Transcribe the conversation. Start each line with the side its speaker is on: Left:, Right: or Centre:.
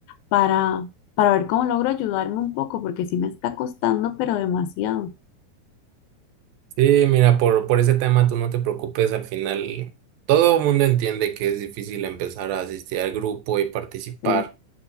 Left: para, para ver cómo logro ayudarme un poco, porque sí me está costando, pero demasiado.
Right: Sí, mira, por, por ese tema tú no te preocupes. Al final, todo el mundo entiende que es difícil empezar a asistir al grupo y participar.
Left: Sí.